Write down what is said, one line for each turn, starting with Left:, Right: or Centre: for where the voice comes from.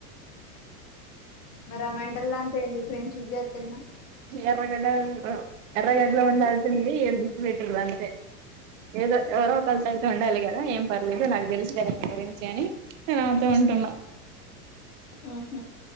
Left: మరి అ మెంటల్ దాంతో ఎందుకు ఫ్రెండ్షిప్ జేతునావ్
Right: ఎర్రగడ్డ ఎర్రగడ్డలో ఉండాల్సింది ఇడి దేచ్చి పెెట్టరు అంతే ఏదో ఎవరో కల్ <unintelligible> ఉండాలి గా ఏం పర్లేదు నాకు తెలుసు కదాని గురించి అని నేను అమెతో ఉంటున్నా
Left: ఆహ